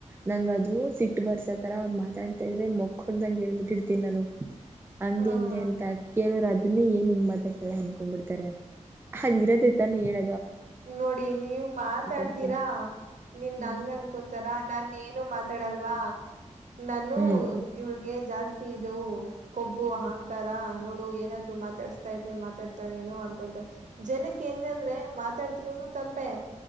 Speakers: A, on the right; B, on the right.
A: ನಂಗ್ ಅದು ಸಿಟ್ಟ ಬರ್ಸತರ ಅವ್ರು ಮಾತಾಡ್ತಾ ಇದ್ರೆ ಮಕ್ಕೊಂಡ್ದಂಗ್ ಹಬಿಟ್ಟಿಡ್ತೀನಿ ನಾನು. ಹಂಗೆ
B: ಹಾ
A: ಹಿಂಗೆ ಅಂತ್ ಕೇಳಿರ ಅ ಅದನ್ನೇ ಏನ್ ಹಿಂಗ ಮಾತಾಡ್ತಲ್ಲ ಅನ್ಕೊಂಡ್ ಬಿಡ್ತಾರೆ ಅದ ಇರೋದೇ ತಾನ ಹೇಳ್
B: ನೋಡಿ ನೀವ್ ಮಾತಾಡ್ತೀರಾ
A: ಇರ್ತೀನಿ
B: ನಿಮ್ನ
A: ಹ್ಮ್
B: ಹಂಗ್ ಅನ್ಕೊಂತಾರ. ನನ್ ಏನು ಮಾತಾಡಲ್ವಾ. ನಾನು
A: ಹ್ಮ್
B: ಇವಳಗೆ ಜಾಸ್ತಿ ಇದು ಕೊಬ್ಬು
A: ಹ್ಮ್
B: ಅಹಂಕಾರ ನೋಡ್ ಏನಾದ್ರು ಮಾತಾಡ್ಸ್ತಾ ಇದ್ರಲಿ ಮಾತಾಡ್ತಾಳೆ ಏನೂ ಅನ್ಕೊಂತಾರೆ ಜನಕ್ಕೆ ಹೆಂಗಂದ್ರ ಮಾ ಮಾತಾಡುದ್ರುನು ತಪ್ಪೇ